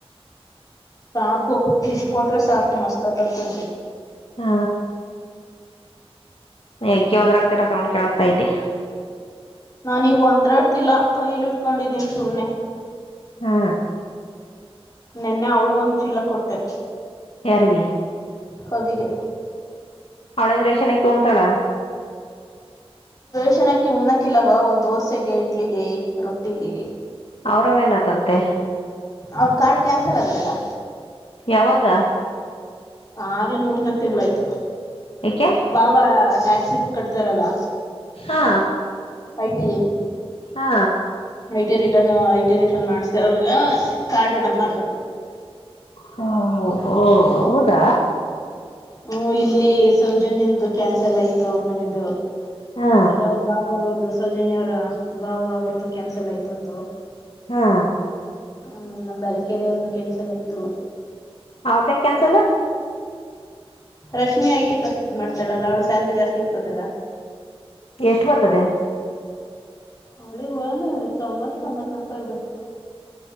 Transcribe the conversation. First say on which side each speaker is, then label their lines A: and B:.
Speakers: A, on the left; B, on the left.
A: ಸಾಕು ಇಷ್ಟ ಕೊಟ್ರೆ ಸಾಕು ಮಸ್ತ್ ಆತತನ್
B: ಹಾ ಅಾಕ ಒಂದ್ ಎಡ್ ತರ ಸವಣ್ ಕೇಳಸ್ತತೆ
A: ನಾನೀಗ ಅಂದ್ರಾಡ್ತಿಲ್ಲ ಕೈಲಿ ಇಟ್ಕೊಂಡಿದ್ದೀನಿ ಸುಮ್ಮ್ನೆ
B: ಹಾ
A: ನೆನ್ನೆ ಅವ್ಳಗೊಂದು ಚೀಲ ಕೊಟ್ಟೆ
B: ಯಾರಿಗೆ
A: ಕವಿಗೆ
B: ಅವಳಂದ್ರೆಷನ ಕ ಉಂಟಾಳ
A: ಶನಕಿ ಉಣ್ಣಕ್ಕಿಲ್ಲವಾ ದೋಸೆಗೆ ಇಡ್ಲಿಗೆ ರೊಟ್ಟಿಗೆ
B: ಅವ್ರವೇನತಂತೆ
A: ಅವ್ರ ಕಾರ್ಡ್ ಕ್ಯಾನ್ಸಲ್ ಆಗದಲ್ಲ
B: ಯಾವಾಗ
A: ಆಗ್ಲೆೇ ಮೂರ್ನಾಕ್ ತಿಂಳ ಆಯ್ತು
B: ಏಕೆ
A: ಬಾಬಾ ಟ್ಯಾಕ್ಸಿ ಕಟ್ತಾರಲ್ಲ
B: ಹಾ
A: ಐಟಿ
B: ಹಾ
A: I T return I T return ಮಾಡ್ಸತೆ ಅವ್ರಗ ಕಾರ್ಡ್ ಡಮಾರ್ಗಳು
B: ಹಹೋ ಹೌದಾ
A: ಹ್ಮ ಇಲ್ಲಿ ಸೌಜನ್ಯ್ದ ಕ್ಯಾನ್ಸಲ್ ಆಯ್ತು ಅವ್ರ ಮನೆದು
B: ಹಾ
A: ಆಮೇಲೆ ಅವ್ರ ಬಾವ ಅವ್ರದ್ದು ಸೌಜನ್ಯವರ ಬಾವ ಅವ್ರದ್ದು ಕ್ಯಾನ್ಸಲ್ ಆಯ್ತು ಒಂದು
B: ಹಾ
A: ಆಮೇಲೆ ಬರ ಕೆರೆಯವ್ರ್ದು ಕೆನ್ಸಲ್ ಆಯ್ತು
B: ಅವರ್ದೇಕೆ cancel
A: Rashmi I T course ಮಾಡ್ತಾಳಲ್ಲ ಅವಳು ಸ್ಯಾಲ್ರಿ ಜಾಸ್ತಿ ಬರ್ತದಲ್ಲ
B: ಎಷ್ಟು ಬರ್ತದೆ
A: ಅವಳಿಗೆ ಒಂದ ತೊಂಬತ್ತು ತೊಂಬತ್ ನಾಕ ಇರ್ಬೇಕು